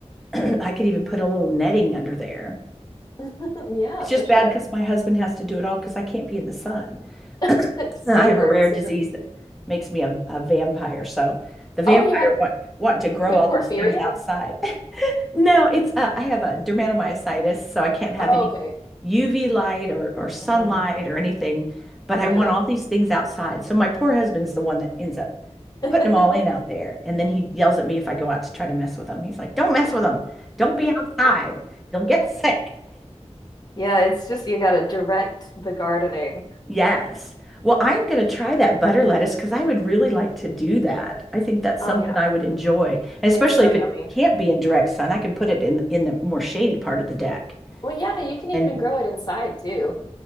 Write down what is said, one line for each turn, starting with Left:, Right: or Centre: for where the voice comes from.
Centre: <clears throat> I could even put a little netting under there.
Left: <laughs> Yeah,
Centre: It's
Left: for
Centre: just
Left: sure.
Centre: bad because my husband has to do it all because I can't be in the sun.
Left: <laughs>
Centre: And
Left: Do
Centre: I
Left: you
Centre: have
Left: burn
Centre: a rare
Left: super
Centre: disease
Left: easily?
Centre: that makes me a, a vampire. So the vampire
Left: Oh, you have
Centre: want, wanting to grow
Left: You have
Centre: all
Left: porphyria?
Centre: these things outside. <laughs> No, it's uh, I have a dermatomyositis, so I can't have
Left: Oh,
Centre: any
Left: okay.
Centre: UV light or or sunlight
Left: hmm
Centre: or anything. But I
Left: Yeah.
Centre: want all these things outside. So my poor husband's the one that ends up
Left: <laughs>
Centre: putting them all in out there, and then he yells at me if I go out to try to mess with them. He's like, "Don't mess with them. Don't be outside. You'll get sick."
Left: Yeah, it's just you gotta direct the gardening.
Centre: Yes. Well, I am going to try that butter lettuce because I would really like to do that. I think that's
Left: Oh
Centre: something
Left: yeah,
Centre: I would enjoy, and especially
Left: it's so
Centre: if
Left: yummy.
Centre: it can't be in direct sun. I can put it in in the more shady part of the deck
Left: Well, yeah, you can
Centre: and
Left: even grow it inside too.